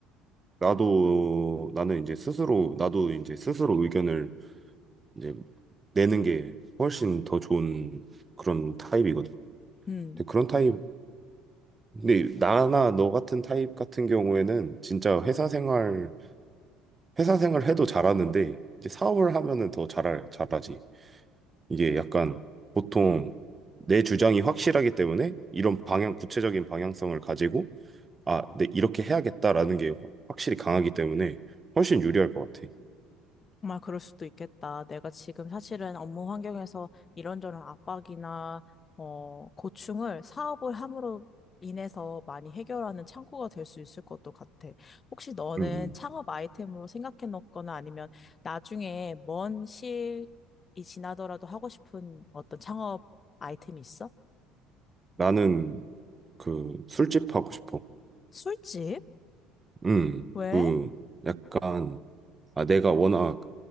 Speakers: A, on the right (about 25°); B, on the left (about 30°).
A: 나도, 나는 이제 스스로, 나도 이제 스스로 의견을 이제 내는 게 훨씬 더 좋은 그런 타입이거든.
B: 음.
A: 근데 그런 타입, 근데 나나 너 같은 타입 같은 경우에는 진짜 회사 생활, 회사 생활 해도 잘하는데, 이제 사업을 하면은 더 잘, 잘하지. 이게 약간 보통 내 주장이 확실하기 때문에 이런 방향, 구체적인 방향성을 가지고 아, 네, 이렇게 해야겠다라는 게 확실히 강하기 때문에 훨씬 유리할 것 같아.
B: 정말 그럴 수도 있겠다. 내가 지금 사실은 업무 환경에서 이런저런 압박이나 어, 고충을 사업을 함으로 인해서 많이 해결하는 창구가 될 수 있을 것도 같아. 혹시 너는
A: 음, 음.
B: 창업 아이템으로 생각해 놓거나 아니면 나중에 먼 시일이 지나더라도 하고 싶은 어떤 창업 아이템이 있어?
A: 나는 그 술집 하고 싶어.
B: 술집?
A: 음,
B: 왜?
A: 그 약간 아, 내가 워낙